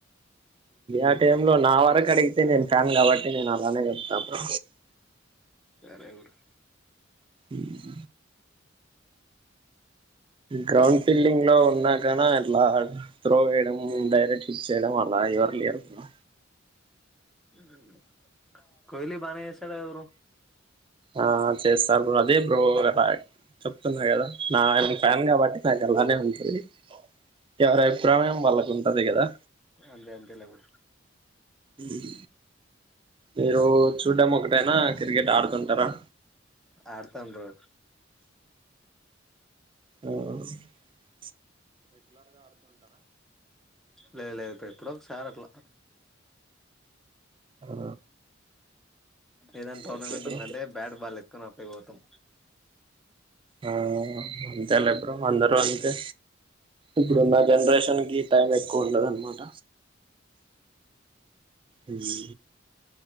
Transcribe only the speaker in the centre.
రివర్లీ
ఉమ్ కోహ్లీ బానే ఎసాడు కదా బ్రో
సరే
అంతే అంతేలే బ్రో
ఆడతం బ్రో
లేదు లేదు ఇప్పు ఎప్పుడ ఒకసార్ అట్లా
ఏదానా టోర్నమెంట్
ఉందండి బ్యాట్ బాల్ ఎక్కున విభతం